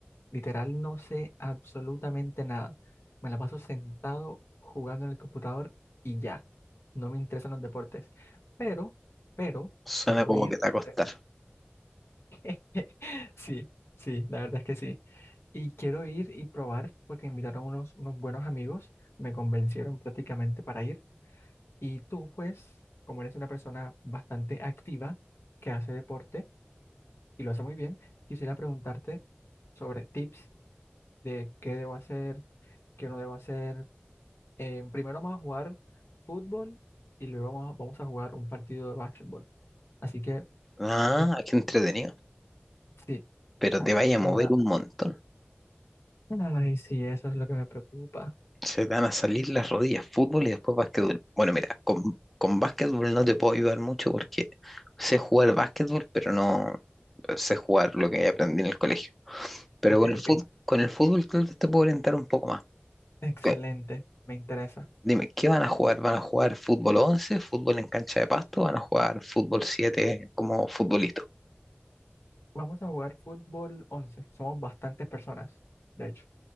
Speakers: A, on the left (about 85°); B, in the centre.
A: Literal, no sé absolutamente nada. Me la paso sentado jugando en el computador y ya. No me interesan los deportes. Pero, pero,
B: Suena
A: quiero
B: como
A: ir,
B: que te va
A: no
B: a costar.
A: sé. <laughs> Sí, sí, la verdad es que sí. Y quiero ir y probar porque invitaron unos, unos buenos amigos, me convencieron prácticamente para ir. Y tú, pues, como eres una persona bastante activa que hace deporte y lo hace muy bien, quisiera preguntarte sobre tips de qué debo hacer, qué no debo hacer. Eh, primero vamos a jugar fútbol y luego vamos a, vamos a jugar un partido de básquetbol. Así que,
B: Ah,
A: mm,
B: qué entretenido.
A: sí,
B: Pero te vaya a mover
A: una...
B: un montón.
A: Ay, sí, eso es lo que me preocupa.
B: Se te van a salir las rodillas, fútbol y después básquetbol. Bueno, mira, con, con básquetbol no te puedo ayudar mucho porque sé jugar básquetbol, pero no sé jugar lo que aprendí en el colegio. Pero
A: Ok,
B: con el
A: ok,
B: fútbol, con el fútbol tal vez te puedo orientar un poco más.
A: excelente,
B: Ok,
A: me interesa.
B: Dime, ¿qué van a jugar? ¿Van a jugar fútbol 11, fútbol en cancha de pasto? ¿Van a jugar fútbol 7 como futbolista?
A: Vamos a jugar fútbol once Somos bastantes personas, de hecho.